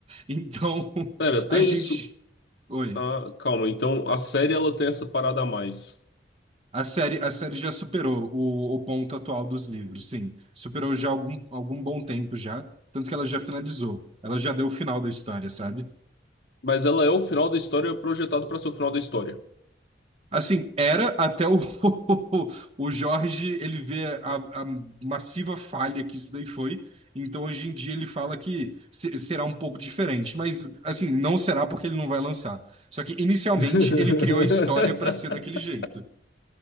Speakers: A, on the right; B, on the left.
A: Então,
B: Pera, tem
A: a gente...
B: isso.
A: Oi.
B: Ah, calma. Então a série ela tem essa parada a mais.
A: A série, a série já superou o, o ponto atual dos livros, sim. Superou já algum, algum bom tempo já, tanto que ela já finalizou. Ela já deu o final da história, sabe?
B: Mas ela é o final da história projetado para ser o final da história.
A: Assim, era até o, <laughs> o Jorge, ele vê a, a massiva falha que isso daí foi. Então, hoje em dia, ele fala que se- será um pouco diferente. Mas, assim, não será porque ele não vai lançar. Só que, inicialmente,
B: <laughs>
A: ele criou a história para ser daquele jeito.